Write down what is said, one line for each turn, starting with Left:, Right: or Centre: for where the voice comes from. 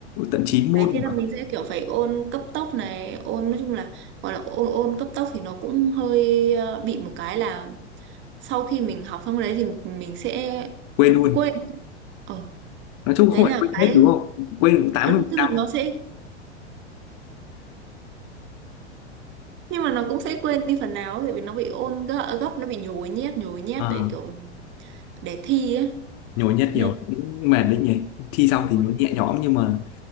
Left: tận 9 môn
Right: Đấy, thế là
Left: mà
Right: mình sẽ kiểu phải ôn cấp tốc này, ôn nói chung là gọi là ôn ôn cấp tốc thì nó cũng hơi ờ, bị một cái là sau khi mình học xong đấy thì mình sẽ
Left: quên luôn
Right: quên. Ờ,
Left: nói chung
Right: đấy
Left: không phải
Right: là
Left: quên
Right: cái
Left: hết đúng không quên cũng 80%
Right: ờ, tức là nó sẽ nhưng mà nó cũng sẽ quên đi phần nào tại vì nó bị ôn gấp, gấp nó bị nhồi nhét nhồi nhét
Left: à,
Right: để kiểu để thi ấy
Left: nhồi nhét
Right: nên
Left: nhiều cũng mệt đấy
Right: ừ,
Left: nhỉ thi xong
Right: đúng
Left: thì
Right: rồi
Left: nó nhẹ nhõm nhưng mà